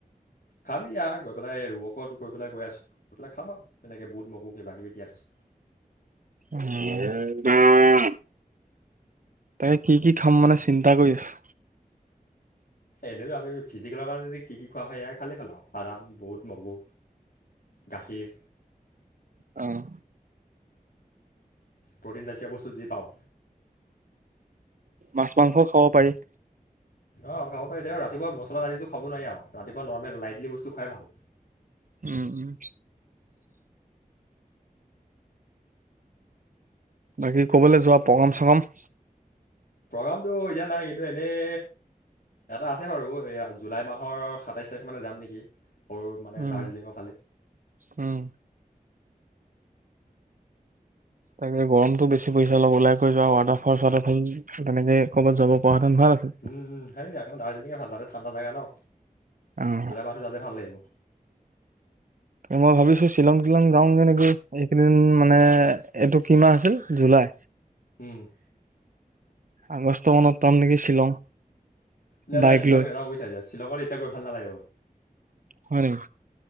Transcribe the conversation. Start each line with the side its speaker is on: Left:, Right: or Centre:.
Left: খাবি আৰু গৈ পেলাই এই ৱৰ্কআউট কৰি পেলাই গৈ আছোঁ গৈ পেলাই খাম আৰু তেনেকৈ বুট মগু কিবাকিবি তিয়াই থৈ
Right: উম <inaudible> তাকে কি কি খাম মানে চিন্তা কৰি আছোঁ।
Left: এনেইটো আমি ফিজিকেলৰ কাৰণে কি কি খোৱা হয় এয়াই খালেই হ'ল আৰু বাদাম বুট মগু গাখীৰ
Right: অ'
Left: প্ৰ'টিনজাতীয় বস্তু যি পাওঁ
Right: মাছ মাংসও খাব পাৰি।
Left: অঁ খাব পাৰি দে ৰাতিপুৱা মচলা পাতি খাব নোৱাৰি আৰু ৰাতিপুৱা নৰ্মেল লাইটলি বস্তু খোৱাই ভাল।
Right: উম উম বাকী ক'ৰবালৈ যোৱা প্ৰগ্ৰম চগম
Left: প্ৰগ্ৰামটো এতিয়া নাই কিন্তু এনেই এটা আছে বাৰু এইয়া জুলাই মাহৰ সাতাইছ তাৰিখ মানে যাম নেকি সৰু মানে
Right: উম,
Left: দাৰ্জিলিঙৰ ফালে।
Right: উম তাকে গৰমতটো বেছি পৰিছে অলপ ওলাই কৈ যোৱা ৱাটাৰফল চোৱাটাৰফল তেনেকে ক'ৰবাত যাব পৰা হেঁতেন ভাল আছিল।
Left: ওম ওম সেইকাৰণে দাৰ্জিলিঙে ভাল যাতে ঠাণ্ডা জেগা ন
Right: অ'
Left: যোৱাবাৰটো তাতে ভাল লাগিল।
Right: মই ভাবিছোঁ শ্বিলং শ্বিলং যাওঁগে নেকি এইকেইদিন মানে এইটো কি মাহ আছিল জুলাই।
Left: উম
Right: আগষ্ট মানত পাম নেকি শ্বিলং
Left: নাই
Right: বাইক
Left: নাই শ্বিলং
Right: লৈ
Left: নাযাওঁ বুজিছা শ্বিলঙত এতিয়া গৈ ভাল নালাগিব।
Right: হয় নেকি